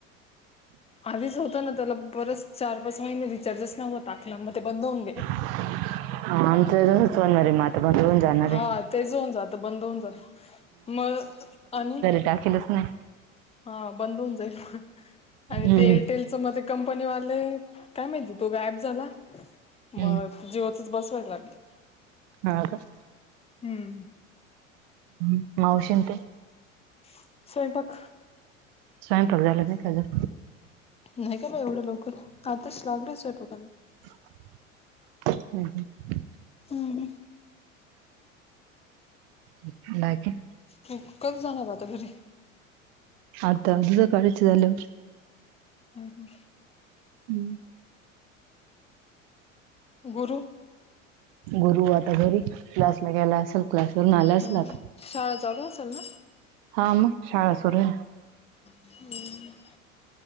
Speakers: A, on the left; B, on the right.
A: आधीच होतं ना त्याला बरस चार पाच महिने रिचार्जस नव्हता टाकला मग ते बंद होऊन गेलं.
B: हा <unintelligible> आमचा सोन मारी मात बंद. जाणार आहे
A: हा तेच होऊन जात बंद होऊन जात <inaudible> मग आणि
B: काय केलंच नाय,
A: हा बंद हून जाईल मग <inaudible> आणि
B: हम्म,
A: ते एअरटेलचं मध्ये कंपनीवाले काय माहिती तो गायब झाला मग
B: हम्म.
A: ज्योत बसवायला लागलं,
B: हा का
A: हम्म.
B: <inaudible> मावशी ते.
A: <inaudible> स्वैपाक.
B: स्वयंपाक झालं म त्याच
A: नाही का बा एवढं लवकर आताच लागलेचय बघाला
B: <unintelligible> हम् ह.
A: ह.
B: <inaudible> बाकी.
A: तू कध जाणार आता घरी.
B: आता अ तर कळचतलो,
A: हम् हं.
B: हम्म.
A: गुरु
B: गुरु आता घरी क्लासला ग्यायला असेल क्लास वून आला
A: हम्म
B: असेल आता
A: शाळा चालू असेल ना.
B: हा मग शाळा सुरू हाय.
A: <unintelligible>